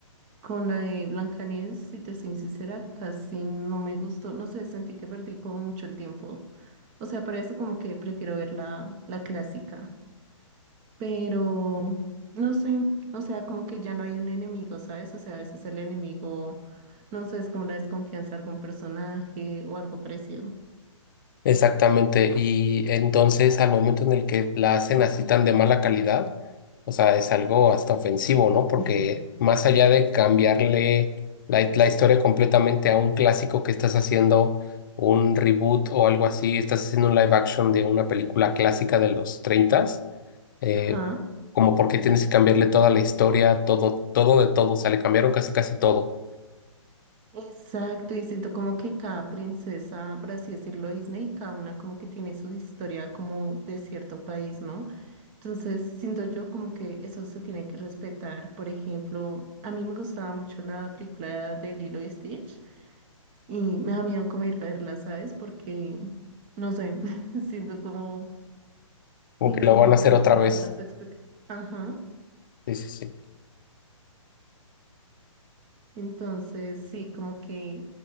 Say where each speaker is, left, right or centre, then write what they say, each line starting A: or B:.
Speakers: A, on the right; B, on the left.
A: Con la de Blancanieves, si te soy sincera, casi no me gustó, no sé, sentí que perdí como mucho el tiempo. O sea, para eso como que prefiero ver la, la clásica. pero no sé, o sea, como que ya no hay un enemigo, ¿sabes? O sea, a veces el enemigo, no sé, es como la desconfianza de algún personaje o algo parecido.
B: Exactamente, y entonces al momento en el que la hacen así tan de mala calidad, o sea, es algo hasta ofensivo, ¿no? Porque
A: Sí.
B: más allá de cambiarle la, la historia completamente a un clásico que estás haciendo un reboot o algo así, estás haciendo un live action de una película clásica de los 30, eh,
A: Ajá,
B: como porque tienes que cambiarle toda la historia, todo, todo de todo, o sea, le cambiaron casi casi todo,
A: exacto, y siento como que cada princesa, por así decirlo, Disney, cada una como que tiene su historia como de cierto país, ¿no? Entonces, siento yo como que eso se tiene que respetar. Por ejemplo, a mí me gustaba mucho la película de Lilo y Stitch. Y me da miedo como ir a verla, ¿sabes? Porque, no sé, <laughs> siento como
B: como
A: que
B: que lo van a
A: darle
B: hacer otra
A: como
B: vez.
A: altas expectativas. Ajá.
B: Sí, sí, sí.
A: Entonces, sí, como que,